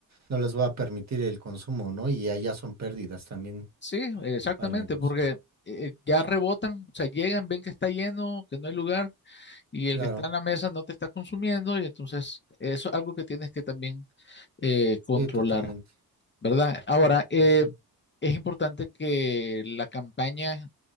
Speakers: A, on the right; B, on the left.
A: no les va a permitir el consumo, ¿no? Y allá son pérdidas también
B: Sí, exactamente,
A: para el negocio.
B: porque eh, ya rebotan, o sea, llegan, ven que está lleno, que no hay lugar y el
A: Claro,
B: que está en la mesa no te está consumiendo y entonces eso es algo que tienes que también eh, controlar,
A: sí, totalmente.
B: ¿verdad? Ahora,
A: Sí,
B: eh,
A: sí, sí.
B: es importante que la campaña